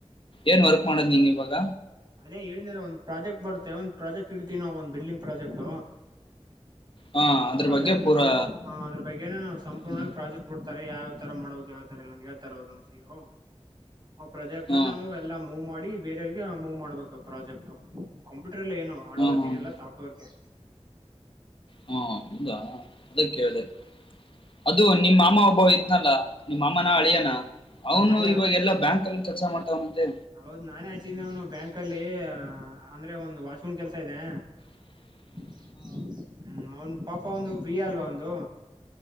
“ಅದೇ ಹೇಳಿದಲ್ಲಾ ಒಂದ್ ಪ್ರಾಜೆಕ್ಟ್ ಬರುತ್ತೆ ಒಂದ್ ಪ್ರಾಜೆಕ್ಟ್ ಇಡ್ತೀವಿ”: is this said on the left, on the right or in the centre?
Right